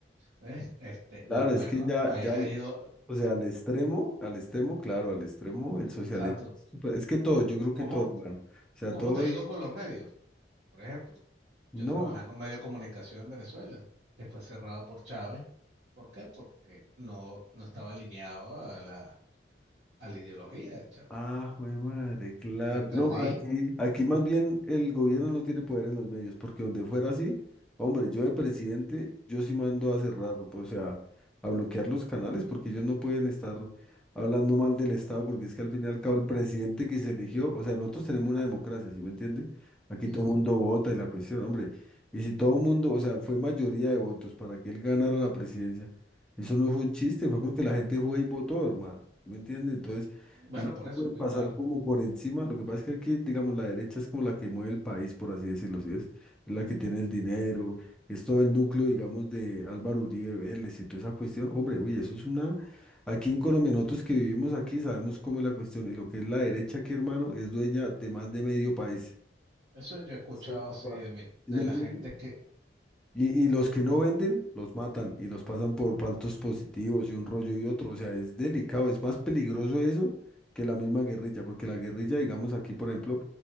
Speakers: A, on the right (about 80°); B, in the centre.
A: ¿Ves? Este, no
B: claro,
A: es bueno.
B: es que ya,
A: El país
B: ya,
A: le
B: al-
A: ha ido.
B: o sea, al extremo, al extremo, claro, al extremo, el socialismo,
A: Exacto.
B: es súper- es que todo, yo creo que
A: ¿Cómo,
B: todo, hermano. O sea,
A: cómo
B: todo
A: te digo
B: es,
A: con los medios? Por ejemplo,
B: no.
A: yo trabajaba en un medio de comunicación en Venezuela, que fue cerrado por Chávez. ¿Por qué? Porque no, no estaba alineado a la, a la ideología de Chávez.
B: Ah, jue madre, claro.
A: Eh, Perdí.
B: No, aquí, aquí más bien el gobierno no tiene poder en los medios, porque donde fuera así, hombre, yo de presidente, yo sí mando a cerrar, o sea, a bloquear los canales, porque ellos no pueden estar hablando mal del Estado, porque es que al fin y al cabo el presidente que se eligió, o sea, nosotros tenemos una democracia, ¿sí me entiende? Aquí
A: mm,
B: todo el mundo vota y la cuestión, hombre, y si todo el mundo, o sea, fue mayoría de votos para que él ganara la presidencia, eso no fue un chiste, fue porque la gente fue y votó, hermano, ¿sí me entiende? Entonces...
A: Bueno,
B: Ellos
A: por
B: no
A: eso,
B: pueden
A: que
B: pasar
A: claro.
B: como por encima. Lo que pasa es que aquí, digamos, la derecha es como la que mueve el país, por así decirlo, ¿sí ves? Es la que tiene el dinero, es todo el núcleo, digamos, de Álvaro Uribe Vélez y toda esa cuestión. Hombre, uy, eso es una... Aquí en Colombia, nosotros que vivimos aquí, sabemos cómo es la cuestión. Y lo que es la derecha aquí, hermano, es dueña de más de medio país.
A: Eso yo he escuchado,
B: Así en voz
A: sí,
B: baja.
A: de mi,
B: ¿Sí
A: de
B: me
A: la
B: entiendes?
A: gente que,
B: Y, y los
A: yo,
B: que no venden, los matan y los pasan por faltos positivos y un rollo y otro. O sea, es delicado, es más peligroso eso que la misma guerrilla, porque la guerrilla, digamos aquí, por ejemplo,